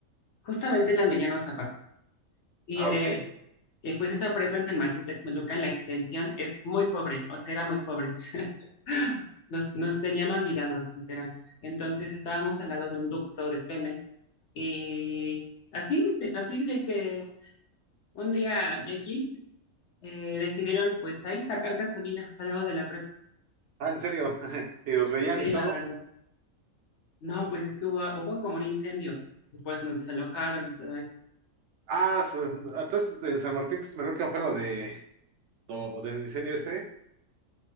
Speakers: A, on the left; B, on the right.
A: justamente en la Mediano Zapata. Y
B: Ah,
A: eh,
B: ok.
A: eh, pues esa prepa en San Martín Texmelucan, la extensión, es muy pobre, o sea, era muy pobre. <gasps> Nos, nos tenían olvidados, literal. Entonces estábamos al lado de un ducto de Pemex y así, de- así de que un día X eh, decidieron pues ahí sacar gasolina al lado de la prepa.
B: Ah, ¿en serio? <laughs> ¿Y los veían
A: Sí,
B: y todo?
A: la verdad. No, pues es que hubo, hubo como un incendio y pues nos desalojaron. Entonces,
B: Ah, su- entonces en San Martín Texmelucan fue lo de lo del incendio ese.